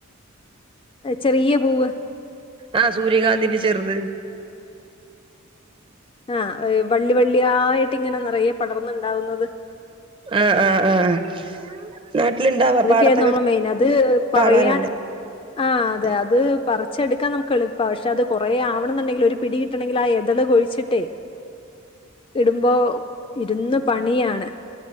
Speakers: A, on the left; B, on the right.
A: എഹ് ചെറിയ പൂവ്
B: ആഹ് സൂര്യകാന്തിന്റെ ചെറ്ത്
A: ആഹ് വള്ളി വള്ളിയായിട്ട് ഇങ്ങനെ നെറയെ പടർന്ന് ഇണ്ടാവുന്നെത്
B: ആഹ് ആഹ് ആഹ് നാട്ട്ൽ ഇണ്ടാവാ
A: അതൊക്കെയായിരുന്നു
B: പാടത്തൊക്കെ
A: നമ്മളെ മെയിൻ അത് പറയാൻ
B: കാണാർ ഇണ്ട്
A: ആഹ്
B: ഉ
A: അതെ അത് പറിച്ചെടുക്കാൻ നമുക്ക് എൾപ്പാ പക്ഷെ അത് കൊറേ ആവണംന്ന് ഇണ്ടെങ്കിൽ ഒരു പിടി കിട്ടണങ്കിൽ ആ എതൾ കൊഴിച്ചിട്ടേ ഇടുമ്പോ ഇര്ന്ന് പണിയാണ്